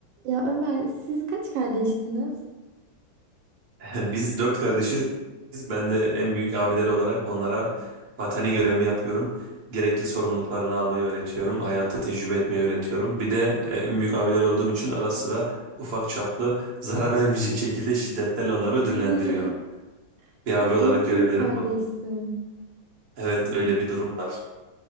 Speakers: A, on the right; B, on the right.
A: Ya Ömer siz kaç kardeştiniz?
B: <laughs> Biz dört kardeşiz. Ben de en büyük abileri olarak onlara vatani görevimi yapıyorum. Gerekli sorumluluklarını almayı öğretiyorum. Hayatı tecrübe etmeyi öğretiyorum. Bir de e, en büyük abiler olduğum için ara sıra ufak çaplı <laughs> zarar vermeyecek şekilde şiddetlerle onları ödüllendiriyorum.
A: <laughs> Sen
B: Bir abi olarak
A: en
B: görevlerim
A: büyük kardeşsin.
B: bu. Evet
A: Ya
B: öyle bir durum var.